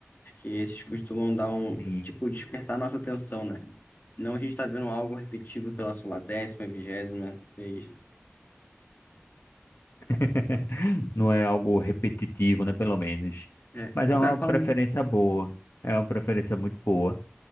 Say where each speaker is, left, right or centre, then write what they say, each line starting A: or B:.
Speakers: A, on the left (about 45°); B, on the left (about 70°).
A: que esses costumam dar um,
B: Sim.
A: tipo, despertar nossa atenção, né? Não a gente tá vendo algo repetitivo pela, sei lá, décima, vigésima vez, né?
B: <laughs> Não é algo repetitivo, né? Pelo menos.
A: É.
B: Mas
A: Pô,
B: é uma
A: cara, fala
B: preferência
A: um...
B: boa. É uma preferência muito boa.